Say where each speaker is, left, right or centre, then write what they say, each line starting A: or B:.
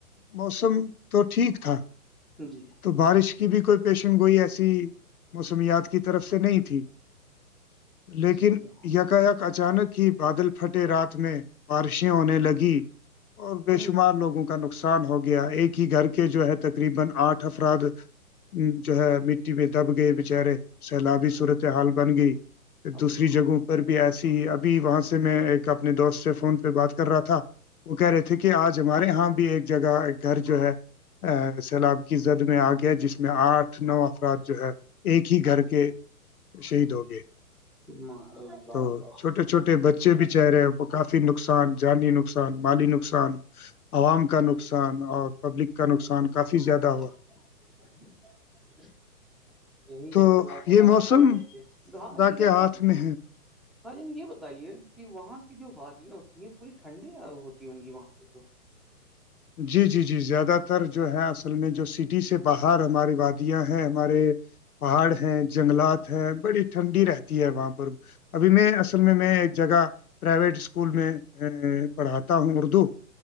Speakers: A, on the left; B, in the centre.
A: موسم تو ٹھیک تھا-
B: جی
A: تو بارش کی بھی کوئی پیشن گوئی ایسی موسمیات کی طرف سے نہیں- تھی لیکن
B: جی جی
A: یکاک اچانک کہ بادل پھٹے رات میں بارشیں ہونے لگی اور بے
B: ہ
A: شمار لوگوں کو کا نقصان ہو گیا ایک ہی گھر کے جو ہے تقریبا اٹھ افراد جو ہے مٹی میں دب گئے بچارے سیلابی صورت حال بن گئی-
B: اللہ
A: دوسری جگہوں پر بھی ایسی ہی ابھی وہاں سے میں ایک اپنے دوست سے فون پہ بات کر رہا تھا وہ کہہ رہے تھے کہ آج ہمارے یہاں بھی ایک جگہ گھر جو ہے سیلاب- کی زد میں آ گیا جس میں آٹھ نو افراد جو ہے ایک ہی گھر کے- شہید ہو گئے
B: اللہ
A: تو
B: اللہ
A: چھوٹے چھوٹے بچے بھی چہرے ہیں کافی نقصان جانی نقصان مالی نقصان- عوام کا نقصان اور پبلک کا نقصان کافی زیادہ
B: <unintelligible>
A: ہوا
B: یہی
A: تو
B: ہے کہ اللہ تارا
A: یہ موسم
B: خال ہاں
A: خدا
B: یہ
A: کے
B: رہتا
A: ہاتھ
B: ہے
A: میں
B: بھائی جن یہ بتائیے کہ وہاں کی جو وادیاں ہوتی ہیں پوری ٹھنڈی ہوتی ہوں گی وہاں- اقی تو
A: جی- جی -جی زیادہ تر جو ہے اصل میں جو سٹی سے باہر ہماراری وادیاں ہیں ہمارے- پہاڑ ہیں جنگلات ہیں بڑی ٹھنڈی رہتی ہے وہاں پر- ابھی میں اصل میں میں ایک جگہ پرائیویٹ اسکول میں پڑھاتا ہوں اردو-